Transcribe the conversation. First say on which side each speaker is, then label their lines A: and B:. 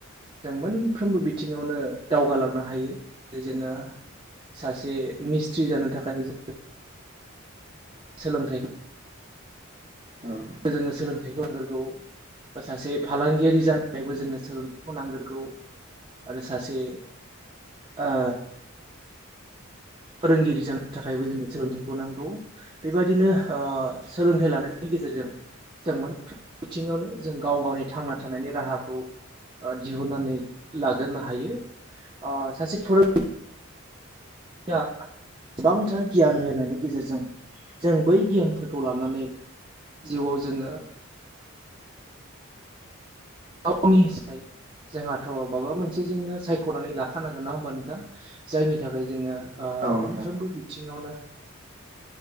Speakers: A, on the right (about 25°); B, on the right (about 40°).
A: जों मोनफ्रोमबो बिथिङावनो दावगालांनो हायो जेरै जोङो सासे मिस्ट्रि जानो थाखाय जों सोलोंथाइ
B: औ
A: जोंनो सोलोंथाइखौ नांगोरगौ बा सासे फालांगियारि जानो जोंनो सोलोंथायखौ नांगोरगौ आरो सासे ओ फोरोंगिरि जानो थाखायबो जोंनो सोलोंथाइखौ नांगौ बेबदिनो ओ सोलोंथाइ लानायनि गेजेरजों जों मोनफ्रोम बिथिङावनो जों गाव गावनि थांना थानायनि राहाखौ दिहुननानै लाग्रोनो ओ हायो सासे फोरोंगिरि आं गोबांथार गियान होनायनि गेजेरजों जों बै गियानफोरखौ लानानै जिउआव जोङो गावनि <unintelligible> जोंहाथ' माबा मोनसे जोङो सायख'नानै लाखानांगोन नङा होमबा नोंथां जायनि थाखाय जोङो ओ
B: औ नोंथां
A: मोनफ्रोमबो बिथिङावनो